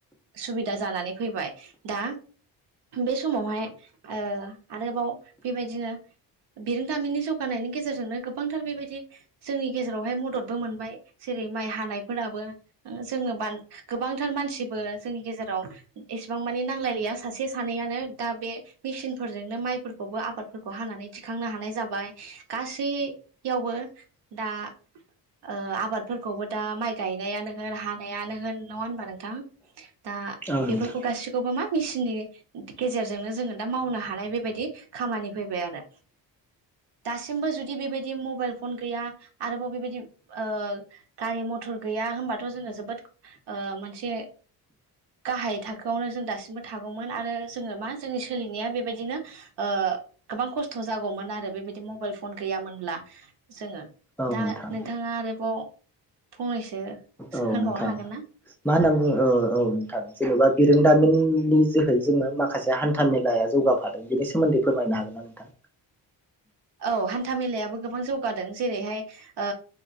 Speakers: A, on the right; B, in the centre.
A: सुबिदा जानानै फैबाय दा बे समावहाय ओ आरोबाव बेबायदिनो बिरोंदामिननि जौगानायनि गेजेरजोंनो गोबांथार बेबायदि जोंनि गेजेरावहाय मददबो मोनबाय जे रै माइ हानायफोराबो जोङो गोबांथार मानसिबो जोंनि गेजेराव एसेबां गौबांमानि नांलायलिया सासे सानैयानो दा बे मेसिनफोरजोंनो माइ खौबो आबादफोरखौ हानानै दिखांनो हानाय जाबाय गासैयावबो दा ओ आबादफोरखौबो दा माइ गायनायानो होन हानायानो होन नङा होनबा नोंथां। दा
B: औ
A: बेफोरखौ
B: नोंथां
A: गासिखौबो मा मेसिननि गेजेरजोंनो जोङो दा मावनो हानाय बेबायदि खामानि फैबाय आरो दासिमबो जुदि बेबायदि मबाइल फन गैया आरोबाव बेबायदि ओ गारि मथर गैया होमबाथ' जोङो जोबोद ओ मोनसे गाहाय थाखोआवनो जों दासिमबो थागौमोन आरो जोङो मा जोंनि सोलिनाया बेबायदिनो ओ गोबां खस्थ' जागौमोन आरो बेबायदि मबाइल फन गैयामोनब्ला जोङो।
B: औ
A: दा
B: नोंथां
A: नोंथाङा आरोबाव फंनैसो
B: औ
A: होनबावनो
B: नोंथां
A: हागोन ना
B: मा होनना बुङो ओ औ नोंथां जेनबा बिरोंदामिननि जोहै जोङो माखासे हान्था मेलाया जौगाफादों बेनि सोमोन्दै फोरमायनो हागोन? नोंथां।
A: औ हान्था मेलायाबो गोबां जौगादों जेरैहाय ओ